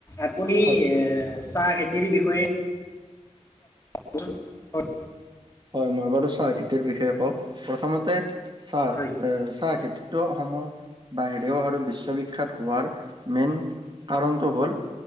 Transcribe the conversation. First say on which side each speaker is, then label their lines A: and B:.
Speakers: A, on the left (about 25°); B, on the right (about 40°).
A: আপুনি।
B: হয়
A: চাহ খেতিৰ বিষয়ে। বোলো হয়।
B: হয় মই বাৰু চাহ খেতিৰ বিষয়ে কওঁ প্ৰথমতে চাহ
A: হয়
B: এ চাহ খেতিত তো অসমৰ বাহিও আৰু বিশ্ব বিখ্যাত হোৱাৰ মেইন কাৰণটো হ'ল।